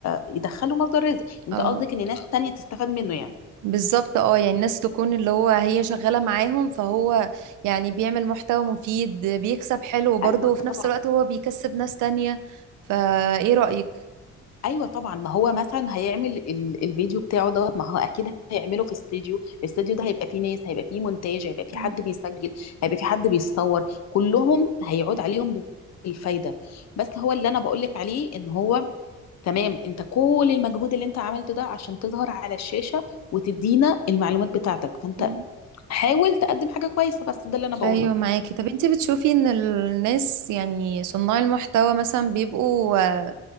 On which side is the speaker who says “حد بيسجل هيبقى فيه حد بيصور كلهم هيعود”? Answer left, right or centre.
Left